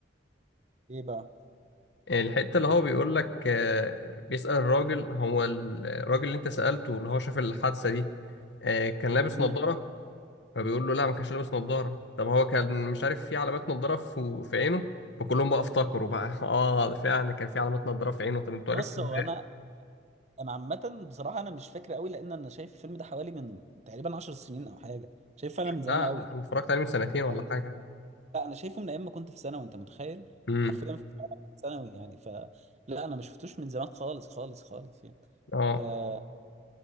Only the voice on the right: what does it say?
ايه بقى
مم.
بص هو
انا انا عامه بصراحه انا مش فاكر قوي لان انا شايف الفيلم ده حوالي من تقريبا 10 سنين او حاجه شايف فعلا من زمان
قوي
يعني
لا انا شايفه من ايام ما كنت في ثانوي انت متخيل
حرفيا في ثانوي يعني ف لا انا ما شفتوش من زمان خالص خالص خالص يعني
آه